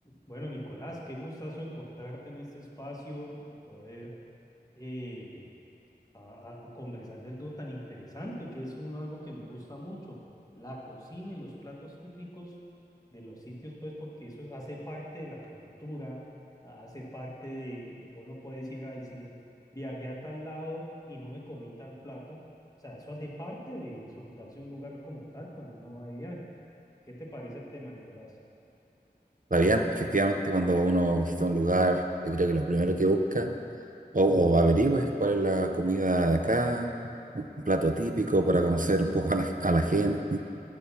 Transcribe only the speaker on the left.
Bueno, Nicolás, qué gustazo encontrarte en este espacio, poder eh, a- a conversar de algo tan interesante, que es uno, algo que me gusta mucho, la cocina y los platos típicos de los sitios, pues porque eso es- hace parte de la cultura, hace parte de, vos no puedes ir a decir, viajé a tal lado y no me comí tal plato, o sea, eso hace parte de disfrutarse un lugar como tal cuando uno va de viaje. ¿Qué te parece el tema, Nicolás?